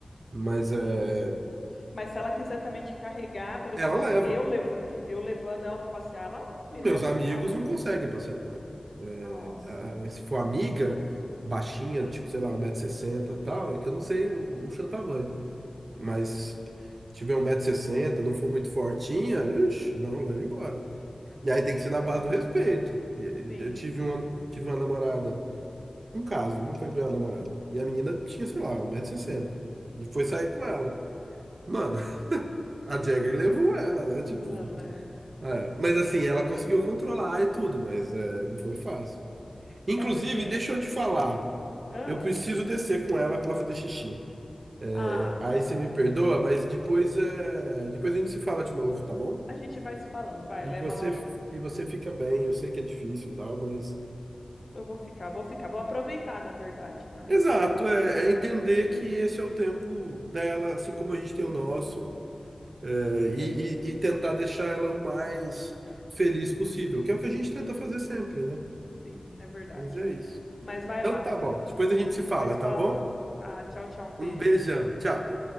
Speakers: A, on the right (about 65°); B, on the left (about 50°).
A: Mas
B: Sim,
A: é,
B: sim. Mas se ela quiser também te carregar, por exemplo,
A: ela leva.
B: eu, levo, eu levando ela para passear, ela me
A: Meus
B: leva
A: amigos
B: fácil.
A: não conseguem passear com ela. É,
B: Nossa,
A: a- se for amiga baixinha, tipo, sei lá, um metro e sessenta e tal, é que eu não sei o, o seu tamanho. Mas tiver um 160 sessenta, não for muito fortinha, ixi, não, leva embora. E aí tem que ser na base
B: nossa.
A: do respeito. E aí
B: Sim,
A: eu tive
B: sim.
A: uma, tive uma namorada, um caso, não foi bem uma namorada. E a menina tinha, sei lá, um 160 sessenta E foi sair com ela. Mano, a Jagger levou ela, né? Tipo,
B: Lala.
A: é. Mas assim, ela conseguiu controlar e tudo, mas é, não foi fácil. Inclusive,
B: É porque.
A: deixa eu te falar.
B: Ah,
A: Eu preciso descer com ela pra ela fazer xixi.
B: ah,
A: É, Aí
B: tá bom.
A: você me perdoa, mas depois, é, depois a gente se fala de novo, tá bom?
B: A gente vai se falando, vai,
A: E
B: leva
A: você,
B: lá.
A: e você fica bem, eu sei que é difícil, e tal, mas
B: Eu vou ficar, vou ficar, vou aproveitar, na verdade, não é?
A: Exato,
B: Vou aproveitar,
A: é, é entender
B: né? <laughs>
A: que esse é o tempo dela, assim como a gente tem
B: Sim,
A: o nosso, é, e,
B: é, ver-
A: e- e tentar deixar ela o mais feliz possível, que é o que a gente tenta
B: e-
A: fazer sempre, né?
B: sim, é verdade.
A: Mas é isso.
B: Mas vai
A: Então
B: lá,
A: tá bom,
B: a
A: depois
B: gen-
A: a gente
B: a gente
A: se fala,
B: vai se
A: tá
B: falando.
A: bom?
B: Tá, tchau, tchau, um beijo.
A: Um beijão, tchau.